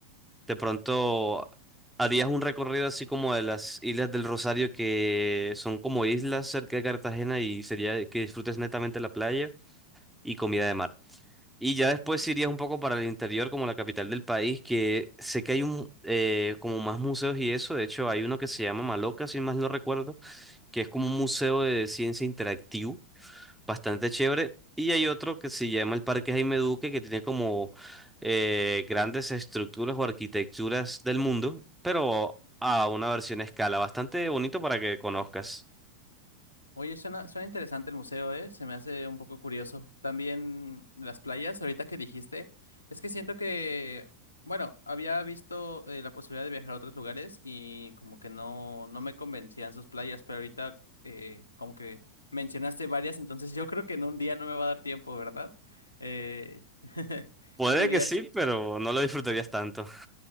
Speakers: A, in the centre; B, on the left (about 80°).
A: De pronto harías un recorrido así como de las Islas del Rosario, que son como islas cerca de Cartagena y sería que disfrutes netamente la playa y comida de mar. Y ya después irías un poco para el interior, como la capital del país, que sé que hay un, eh, como más museos y eso. De hecho, hay uno que se llama Maloca, si más no recuerdo, que es como un museo de ciencia interactivo bastante chévere. Y hay otro que se llama el Parque Jaime Duque, que tiene como eh, grandes estructuras o arquitecturas del mundo, pero a una versión a escala, bastante bonito para que conozcas.
B: Oye, suena, suena interesante el museo, ¿eh? Se me hace un poco curioso. También las playas, ahorita que dijiste, es que siento que, bueno, había visto eh, la posibilidad de viajar a otros lugares y como que no, no me convencían sus playas, pero ahorita eh, como que mencionaste varias, entonces yo creo que en un día no me va a dar tiempo, ¿verdad? Eh, <laughs>
A: Puede
B: dirías,
A: que sí, Sí. pero no lo disfrutarías tanto.